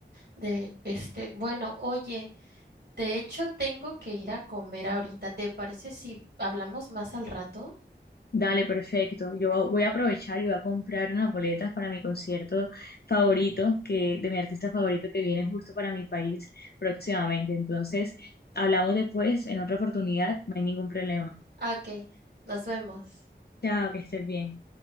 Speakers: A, on the right; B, on the left.
A: De este, bueno, oye, de hecho tengo que ir a comer ahorita. ¿Te parece si hablamos más al rato?
B: Dale, perfecto. Yo voy a aprovechar y voy a comprar unas boletas para mi concierto favorito, que de mi artista favorito que viene justo para mi país próximamente. Entonces, hablamos después en otra oportunidad, no hay ningún problema.
A: Ah, Ok, nos vemos.
B: Chao, que estés bien.